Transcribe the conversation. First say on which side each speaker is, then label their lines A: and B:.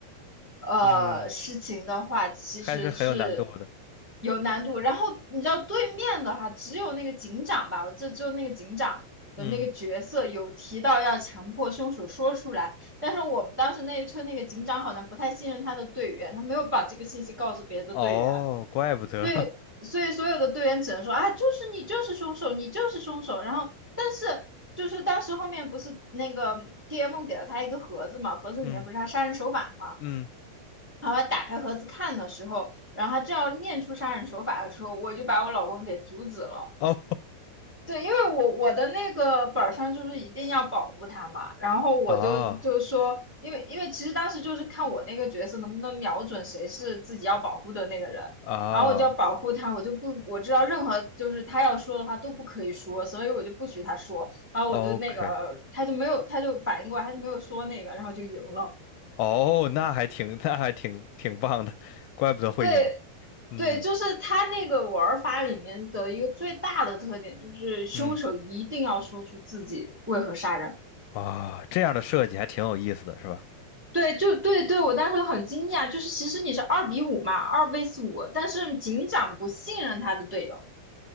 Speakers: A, in the centre; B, on the left.
A: 呃事情的话，
B: 嗯，
A: 其实是
B: 还是很有难度的，
A: 有难度。然后你知道对面的话，只有那个警长吧，我记得只有那个警长的那个角色有提到要强迫凶手说出来，
B: 嗯，
A: 但是我们当时那一车那个警长好像不太信任他的队员，他没有把这个信息告诉别的队员，
B: 哦，怪不得，
A: 所以所以所有的队员只能说啊，就是你就是凶手，你就是凶手。然后但是。就是当时后面不是那个 DM 给了他一个盒子嘛，盒子里面不是他杀人手法嘛，
B: <laughs> 嗯嗯，
A: 然后他打开盒子看的时候，然后他正要念出杀人手法的时候，我就把我老公给阻止了。
B: 哦
A: 对，因为我我的那个本上就是一定要保护他嘛，然后我就就说，
B: <laughs> 啊
A: 因为因为其实当时就是看我那个角色能不能瞄准谁是自己要保护的那个人，
B: 啊。
A: 然后我就要保护他，我就不我知道任何就是他要说的话都不可以说，所以我就不许他说，然后我就那个他就没有他就反应过来，
B: OK，
A: 他就没有说那个，然后就赢了。
B: 哦，那还挺，那还挺挺棒的，怪不得会赢。
A: 对，
B: 嗯
A: 对，就是他那个玩法里面的一个最大的特点，就是凶手一定要说出自己为何杀人。
B: 嗯啊，这样的设计还挺有意思的，是吧？
A: 对，就对对，我当时很惊讶，就是其实你是二比五嘛，二 vs 五，但是警长不信任他的队友，